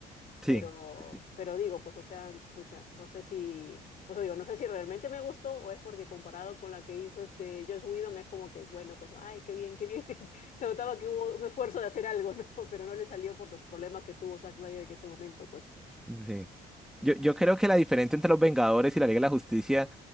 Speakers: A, in the centre; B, on the left (about 50°).
A: Sí,
B: Pero,
A: sí, sí.
B: pero digo, pues, o sea, pucha, no sé si, pues digo, no sé si realmente me gustó o es porque comparado con la que hizo este Josh Whedon, es como que, bueno, pues no, ay, qué bien, qué bien. <laughs> Se notaba que hubo un esfuerzo de hacer algo, ¿no? <laughs> Pero no le salió por los problemas que tuvo Zack Snyder en ese momento, pues.
A: sí. Yo, yo creo que la diferencia entre los Vengadores y la Liga de la Justicia